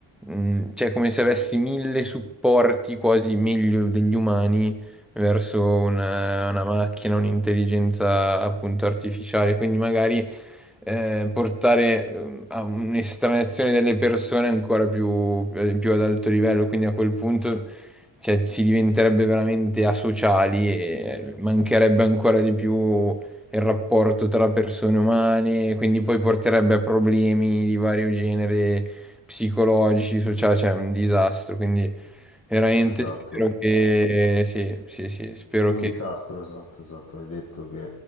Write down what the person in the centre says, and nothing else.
Mm, cioè, come se avessi mille supporti quasi meglio degli umani verso una, una macchina, un'intelligenza appunto artificiale, quindi magari eh, portare eh, a un'estraneazione delle persone ancora più, eh, più ad alto livello, quindi a quel punto cioè, si diventerebbe veramente asociali e mancherebbe ancora di più il rapporto tra persone umane, quindi poi porterebbe a problemi di vario genere psicologici, sociali, cioè è un disastro, quindi Veramente
spero che sì, sì, sì, spero
che